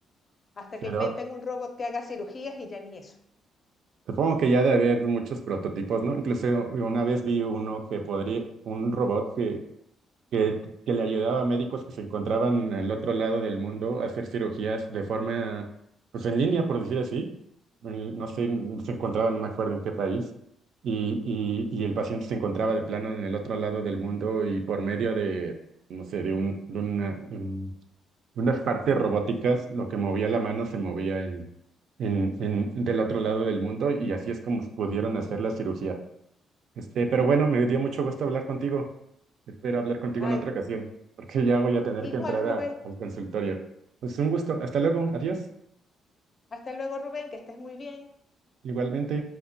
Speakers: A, on the left; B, on the right.
A: hasta
B: Pero
A: que inventen un robot que haga cirugías y ya ni eso.
B: Supongo que ya de haber muchos prototipos, ¿no? Incluso una vez vi uno que podría, un robot que, que, que le ayudaba a médicos que se encontraban al otro lado del mundo a hacer cirugías de forma, pues en línea, por decir así. en- no sé, se encontraban, no me acuerdo en qué país. Y, y, y el paciente se encontraba de plano en el otro lado del mundo y por medio de, no sé, de, un, de, una, de un- unas partes robóticas, lo que movía la mano se movía en, en, del otro lado del mundo y así es como pudieron hacer la cirugía. Este, pero bueno, me dio mucho gusto hablar contigo. Espero hablar contigo
A: Ay,
B: en otra ocasión, porque ya voy a tener que
A: Igual,
B: entrar
A: Rubén.
B: a- al consultorio. Pues un gusto. Hasta luego. Adiós.
A: Hasta luego, Rubén, que estés muy bien.
B: Igualmente.